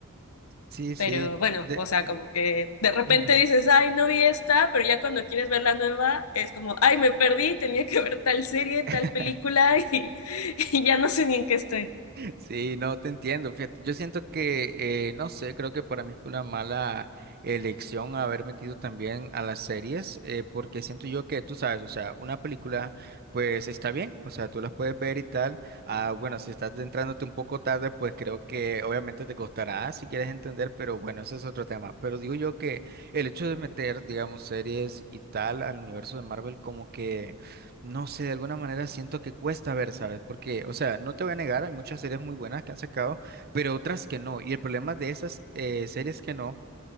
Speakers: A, on the right; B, on the left.
A: Sí, sí,
B: pero bueno,
A: de...
B: o sea, como que de repente
A: ujú.
B: dices, ay, no vi esta, pero ya cuando quieres ver la nueva, es como, ay, me perdí, tenía que ver tal serie,
A: <laughs>
B: tal película y, <laughs> y ya no sé ni en qué estoy.
A: Sí, no te entiendo. Fíjate, yo siento que, eh, no sé, creo que para mí fue una mala elección haber metido también a las series, eh, porque siento yo que tú sabes, o sea, una película, pues está bien, o sea, tú las puedes ver y tal. Ah, bueno, si estás entrándote un poco tarde, pues creo que obviamente te costará si quieres entender, pero bueno, ese es otro tema. Pero digo yo que el hecho de meter, digamos, series y tal al universo de Marvel, como que. No sé, de alguna manera siento que cuesta ver, ¿sabes? Porque, o sea, no te voy a negar, hay muchas series muy buenas que han sacado, pero otras que no. Y el problema de esas eh, series que no